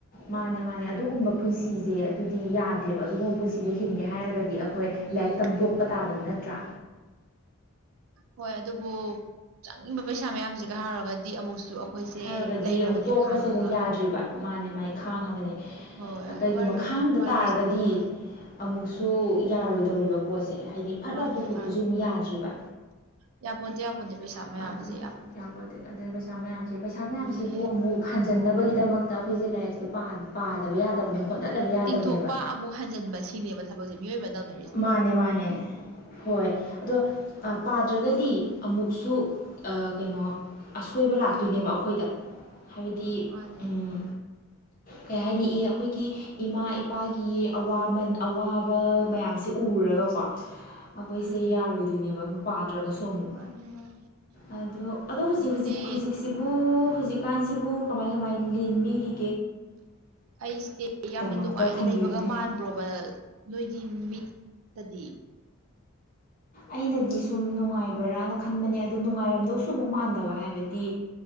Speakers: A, on the left (about 40°); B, on the right (about 75°).
A: ꯃꯥꯅꯦ ꯃꯥꯅꯦ ꯑꯗꯨꯒꯨꯝꯕ ꯄꯨꯟꯁꯤꯁꯦ ꯑꯗꯨꯗꯤ ꯌꯥꯗꯦꯕ ꯑꯗꯨꯒꯨꯝꯕ ꯄꯨꯟꯁꯤꯗ ꯍꯤꯡꯒꯦ ꯍꯥꯏꯔꯒꯗꯤ ꯑꯈꯣꯏ
B: ꯎꯝ
A: ꯂꯥꯏꯔꯤꯛ ꯇꯝ ꯇꯣꯛꯄ ꯇꯥꯕꯅꯤ ꯇ꯭ꯔꯥ
B: ꯍꯣꯏ ꯑꯗꯨꯕꯨ ꯆꯪꯉꯤꯕ ꯄꯩꯁꯥ ꯃꯌꯥꯝꯁꯤꯒ ꯍꯥꯏꯔꯨꯔꯒꯗꯤ ꯑꯃꯨꯛꯁꯨ ꯑꯩꯈꯣꯏꯁꯦ
A: ꯍꯥꯏꯔꯨꯒꯗꯤ
B: ꯂꯩꯔꯕꯅꯦ
A: ꯑꯃꯨꯛ ꯇꯣꯛꯄꯁꯦ
B: ꯈꯥꯡꯉꯒ
A: ꯑꯃꯨꯛ ꯌꯥꯗ꯭ꯔꯤꯕ ꯃꯥꯅꯦ ꯃꯥꯥꯏ ꯈꯥꯡꯉꯕꯅꯦ
B: ꯍꯣꯏ
A: ꯀꯩꯒꯨꯝꯕ
B: ꯋꯥꯔꯤ
A: ꯈꯥꯡꯗ
B: ꯋꯥꯔꯤꯁꯦ
A: ꯇꯥꯔꯒꯗꯤ
B: ꯍꯣꯏ
A: ꯑꯃꯨꯛ ꯁꯨ ꯌꯥꯔꯣꯏꯗꯧꯔꯤꯕ ꯄꯣꯠꯁꯦ ꯍꯥꯏꯗꯤ ꯐꯠ
B: ꯃꯥꯅꯦ
A: ꯂꯥꯎ ꯇꯧꯊꯣꯛꯄꯁꯨ
B: ꯃꯥꯅꯦ
A: ꯑꯃꯨꯛ ꯌꯥꯗ꯭ꯔꯤꯕ
B: ꯌꯥꯄꯣꯟꯇꯦ ꯌꯥꯄꯣꯟꯇꯦ ꯄꯩꯁꯥ ꯃꯌꯥꯝꯁꯦ
A: ꯑꯗꯨꯅ
B: ꯌꯥꯝ
A: ꯌꯥꯄꯣꯟꯇꯦ ꯑꯗꯨꯅ ꯄꯩꯁꯥ ꯃꯌꯥꯝꯁꯦ ꯄꯩꯁꯥ
B: ꯑꯗꯨꯅꯦ
A: ꯃꯌꯥꯝꯁꯤꯕꯨ ꯑꯃꯨꯛ ꯍꯟꯖꯟꯅꯕꯒꯤ ꯗꯃꯛꯇ ꯑꯈꯣꯏꯁꯦ ꯂꯥꯏꯔꯤꯛꯁꯦ ꯄꯥꯗꯕ ꯌꯥꯗꯕꯅꯤ ꯍꯣꯠꯅꯗꯕ ꯌꯥꯗꯕꯅꯦꯕ
B: ꯇꯤꯡꯊꯣꯛꯄ ꯑꯃꯨꯛ ꯍꯟꯖꯤꯟꯕ ꯁꯤꯅꯦꯕ ꯊꯕꯛꯁꯦ ꯃꯤꯑꯣꯏꯕꯅ ꯇꯧꯅꯔꯤꯁꯦ
A: ꯃꯥꯅꯦ ꯃꯥꯅꯦ ꯍꯣꯏ ꯑꯗꯣ ꯄꯥꯗ꯭ꯔꯒꯗꯤ ꯑꯃꯨꯛꯁꯨ ꯑ ꯀꯩꯅꯣ ꯑꯁꯣꯏꯕ ꯂꯥꯛꯇꯣꯏꯅꯦꯕ ꯑꯈꯣꯏꯗ ꯍꯥꯏꯕꯗꯤ
B: ꯃꯥꯅꯦ
A: ꯎꯝ ꯀꯩ ꯍꯥꯏꯅꯤ ꯏ ꯑꯈꯣꯏꯒꯤ ꯏꯃꯥ ꯏꯄꯥꯒꯤ ꯑꯋꯥꯃꯟ ꯑꯋꯥꯕ ꯃꯌꯥꯝꯁꯦ ꯎꯔꯒ ꯑꯗꯨꯒꯀꯣ ꯑꯈꯣꯏꯁꯦ
B: ꯎꯝ
A: ꯌꯥꯔꯣꯏꯗꯣꯏꯅꯦꯕ ꯑꯃꯨꯛ ꯄꯥꯗ꯭ꯔꯒꯁꯨ ꯑꯃꯨꯛ
B: ꯃꯥꯅꯦ ꯃꯥꯅꯦ
A: ꯑꯣ ꯑꯗꯣ ꯍꯨꯖꯤꯛ
B: ꯑꯗꯨꯅꯦ
A: ꯍꯨꯖꯤꯛ ꯍꯨꯖꯤꯛꯁꯤꯕꯨ ꯍꯨꯖꯤꯛ ꯀꯥꯟꯁꯤꯕꯨ ꯀꯃꯥꯏ ꯀꯃꯥꯏ ꯂꯦꯟꯕꯤꯔꯤ
B: ꯑꯩꯁꯦ ꯌꯥꯝꯅ
A: ꯑꯝꯇ
B: ꯅꯨꯡꯉꯥꯏꯅ
A: ꯊꯝꯕꯤꯌꯨꯅꯦ
B: ꯂꯩꯕꯒ ꯃꯥꯟꯕ꯭ꯔꯣꯕ ꯅꯣꯏꯒꯤ ꯃꯤꯠ ꯇꯗꯤ
A: ꯑꯩꯅꯗꯤ ꯁꯨꯝ ꯅꯨꯡꯉꯥꯏꯕ꯭ꯔꯅ ꯈꯟꯕꯅꯦ ꯑꯗ ꯅꯨꯡꯉꯥꯏꯔꯝꯗꯧꯁꯨ ꯑꯃꯨꯛ ꯃꯥꯟꯗꯕ ꯍꯥꯏꯕꯗꯤ